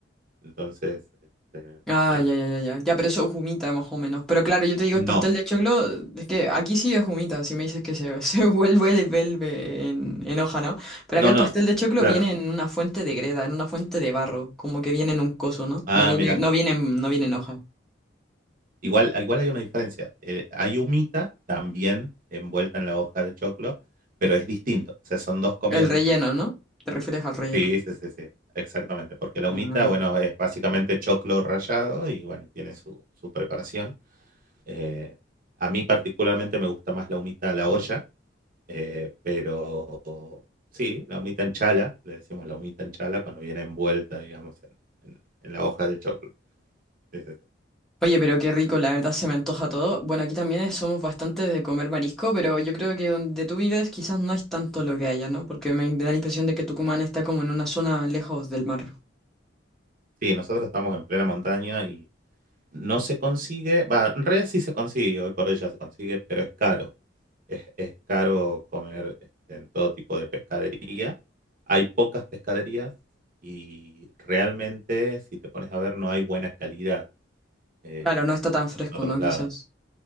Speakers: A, on the right (about 45°); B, in the centre.
A: Entonces, este,
B: Ah,
A: nada.
B: ya, ya, ya, ya. Ya, pero eso es humita más o menos. Pero claro, yo te digo,
A: No,
B: el pastel de choclo, es que aquí sí es humita, si me dices que se, <laughs> se vuelve, le vuelve en, en hoja, ¿no? Pero
A: no,
B: acá el
A: no,
B: pastel de choclo
A: claro.
B: viene en una fuente de greda, en una fuente de barro, como que viene en un coso, ¿no?
A: Ah,
B: No viene,
A: mira.
B: no viene, en- no viene en hoja.
A: Igual, igual hay una diferencia. Eh, hay humita también envuelta en la hoja de choclo, pero es distinto. O sea, son dos comidas
B: El relleno,
A: distintas.
B: ¿no? Te refieres al relleno.
A: Sí, sí, sí, sí, exactamente. Porque la humita,
B: Ah.
A: bueno, es básicamente choclo rallado y bueno, y tiene su, su preparación. Eh, a mí particularmente me gusta más la humita a la olla, eh, pero sí, la humita en chala, le decimos la humita en chala cuando viene envuelta, digamos, en, en- en la hoja de choclo. Sí, sí, sí.
B: Oye, pero qué rico, la verdad se me antoja todo. Bueno, aquí también es- somos bastante de comer marisco, pero yo creo que donde tú vives quizás no es tanto lo que haya, ¿no? Porque me da la impresión de que Tucumán está como en una zona lejos del mar.
A: Sí, nosotros estamos en plena montaña y no se consigue, va, en realidad sí se consigue, hoy por hoy ya se consigue, pero es caro. Es, es caro comer este, en todo tipo de pescadería. Hay pocas pescaderías y realmente, si te pones a ver, no hay buena calidad, eh,
B: Claro, no está tan fresco,
A: como en otros
B: ¿no?
A: lados.
B: Quizás.